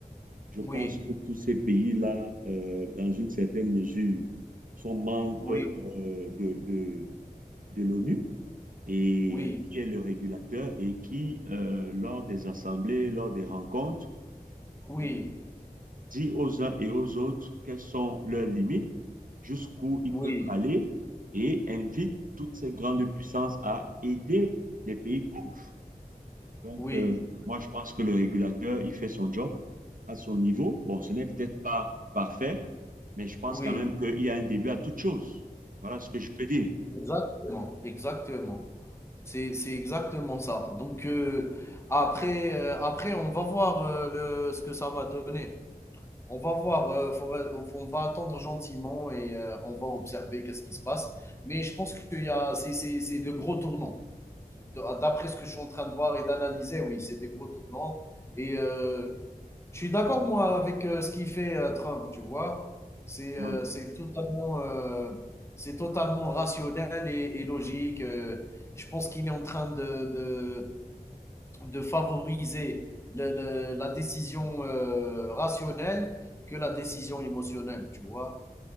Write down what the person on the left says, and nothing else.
Oui,
oui,
oui,
oui,
oui.
Oui,
oui,
exactement, exactement. C'est, c'est exactement ça. Donc, euh, après, euh, après, on va voir euh, le, ce que ça va donner. On va voir, euh, faut- on va attendre gentiment et euh, on va observer qu'est-ce qui se passe. Mais je pense qu'il y a, c'est, c'est, c'est de gros tournants. D'après ce que je suis en train de voir et d'analyser, oui, c'est des gros tournants. Et euh, Je suis d'accord, moi, avec euh, ce qu'il fait euh, Trump, tu vois. C'est
euh, c'est totalement, euh, c'est totalement rationnel et, et logique. Euh, je pense qu'il est en train de, de, de favoriser le- le- la décision euh, rationnelle que la décision émotionnelle, tu vois.